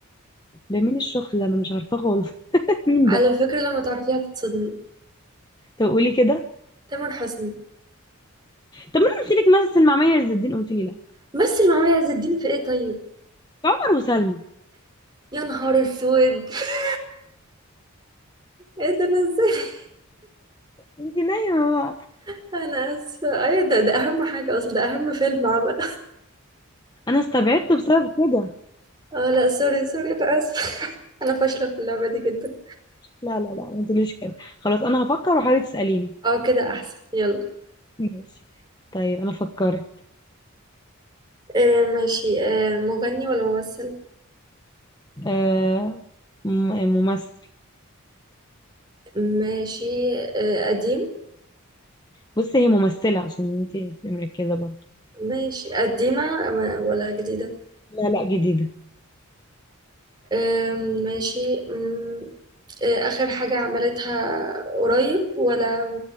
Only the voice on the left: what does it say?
ده مين الشخص ده انا مش عارفاه خالص <laughs> مين
ده
طب قولي كده
طب ما انا قلت لك مثل مع مي عز الدين قلت لي لا
عمر وسلمى
انت نايمه بقى
انا استبعدته بسبب كده
لا لا لا ما تقوليش كده خلاص انا هفكر وحاولي تسأليني
ماشي طيب انا فكرت
آه م- ممثل
بصي هي ممثلة عشان انت تبقي مركزة برضه
لا لا جديدة